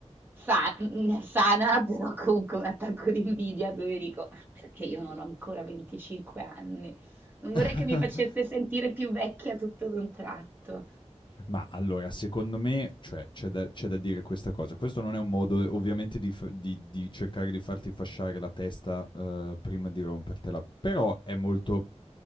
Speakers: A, on the right; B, on the left.
A: sa- <laughs> sana, però comunque un attacco di invidia dove dico "Ah, perché io non ho ancora 25 anni. Non vorrei
B: <laughs>
A: che mi facesse sentire più vecchia tutto d'un tratto.
B: Ma allora, secondo me, cioè, c'è da, c'è da dire questa cosa. Questo non è un modo, eh, ovviamente, di, f- di- di cercare di farti fasciare la testa eh, prima di rompertela, però è molto,